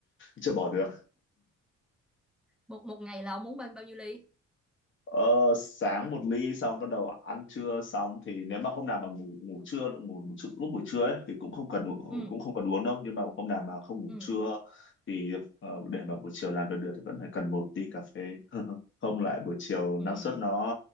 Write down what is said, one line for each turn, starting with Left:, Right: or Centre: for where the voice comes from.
Left: chưa bỏ được
Centre: một một ngày là ông muốn bao bao nhiêu ly
Left: Ờ, sáng một ly xong bắt đầu ăn trưa xong thì nếu mà hôm nào mà ngủ ngủ trưa ngủ một chút- lúc buổi trưa ấy thì cũng không cần u-
Centre: ừ
Left: cũng không cần uống đâu nhưng mà hôm nào mà không ngủ
Centre: ừ
Left: trưa thì ờ, để mà buổi chiều làm việc được thì vẫn phải cần một tí cà phê <laughs> không lại buổi chiều năng
Centre: ừ
Left: suất nó